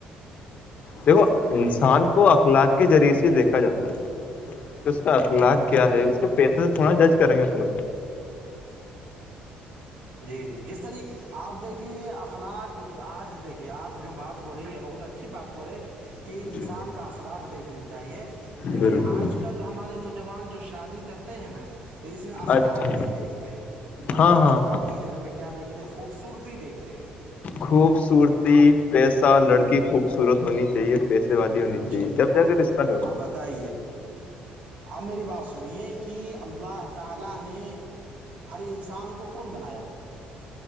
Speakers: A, on the left (about 60°); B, on the right (about 65°).
A: دیکھو انسان
B: جی
A: کو اخلاق کے ذریعے سے دیکھا جاتا ہے کہ اس کا اخلاق کیا ہے
B: جی
A: اس کے پیسے سے تھوڑا جج کریں گے اپنا
B: جی جی جس طریح آپ دیکھیے اخلاق آج دیکھیے آپ جو بات بولے بہت اچھی بات بولے کہ انسان
A: جی
B: کا اخلاق دیکھنی چاہیے لیکن
A: بالکل
B: آج کل ہمارے نوجوان جو شادی کرتے ہیں نا اس میں اخلاق
A: اچھا
B: نہیں دیکھتے بلکہ
A: ہاں
B: اخلاق
A: ہاں
B: جگہ پہ کیا دیکھتے ہیں خوبصورتی دیکھتے ہیں
A: خوبصورتی پیسہ لڑکی خوبصورت بنی تھی چاہیے پیسے والی ہونی
B: جی
A: چاہیے
B: جی
A: جب جا کے رشتہ کر
B: آپ بتائیے اپ میری بات سنیے کہ اللہ تعالی نے ہر انسان کو کون بنایا